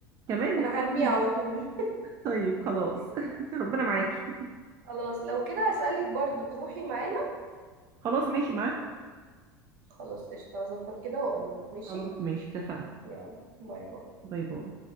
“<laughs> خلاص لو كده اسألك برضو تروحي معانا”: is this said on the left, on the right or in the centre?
Right